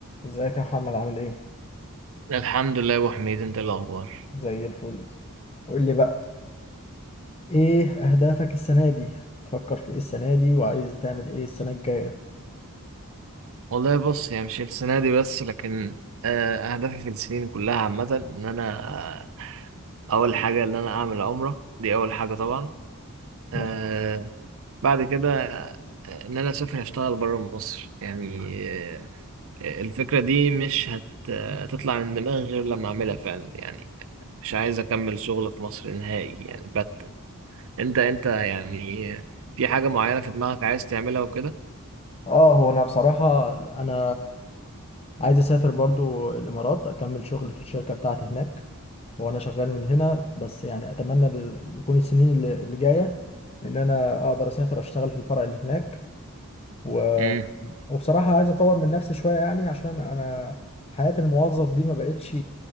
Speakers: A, on the left; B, on the right.
A: ازيك يا محمد عامل ايه؟
B: الحمد لله يا ابو حميد انت إيه الاخبار
A: زي الفل قول لي بقى ايه اهدافك السنة دي؟ تفكر في ايه السنة دي وعايز تعمل ايه السنة الجاية؟
B: والله بص هي مش السنه دي بس لكن آه، اهدافي في السنين كلها عامه ان انا آه، اول حاجه ان انا اعمل عمره دي اول حاجه طبعا آه،
A: ماشي
B: بعد كده آه، ان انا اسافر اشتغل بره مصر يعني آه، الفكره دي مش هت- هتطلع من دماغي غير لما اعملها فعلا يعني مش عايز اكمل شغل في مصر نهائي يعني بت انت انت يعني آه، في حاجه معينه في دماغك عايز تعملها وكده
A: اه هو انا بصراحة انا عايز اسافر برضو الامارات اكمل شغل في الشركة بتاعتي هناك هو انا شغال من هنا بس يعني اتمنى ال- يكون السنين اللي اللي جاية ان انا اقدر اسافر اشتغل في الفرع اللي هناك و...
B: امم
A: وبصراحة عايز اطور من نفسي شوية يعني عشان انا حياة الموظف دي ما بقتش